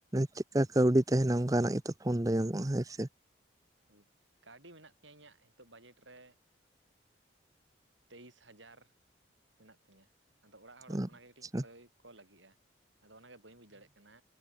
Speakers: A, on the right; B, on the right.
A: ᱪᱮᱫᱠᱟ ᱠᱟᱹᱣᱰᱤ ᱛᱟᱦᱮᱸᱱᱟ ᱚᱱᱠᱟᱱᱟᱜ ᱜᱮᱛᱚ ᱯᱷᱳᱱ ᱫᱚ ᱧᱟᱢᱚᱜᱼᱟ ᱦᱮᱸᱥᱮ?
B: ᱦᱳᱭ ᱠᱟᱹᱣᱰᱤ ᱢᱮᱱᱟᱜ ᱛᱤᱧᱟᱹ ᱤᱧᱟᱹᱜ ᱦᱤᱛᱳᱜ ᱵᱟᱡᱮᱴ ᱨᱮ ᱛᱮᱭᱤᱥ ᱦᱟᱡᱟᱨ ᱢᱮᱱᱟᱜ ᱛᱤᱧᱟ, ᱟᱫᱚ ᱚᱲᱟᱜ ᱦᱚᱲ
A: ᱟᱪᱪᱷᱟ
B: ᱚᱱᱟᱜᱮ ᱠᱟᱹᱴᱤᱡ ᱠᱷᱚᱭ ᱠᱚ ᱞᱟᱹᱜᱤᱫᱼᱟ᱾ ᱟᱫᱚ ᱚᱱᱟᱜᱮ ᱵᱟᱹᱧ ᱵᱩᱡ ᱫᱟᱲᱮᱜ ᱠᱟᱱᱟ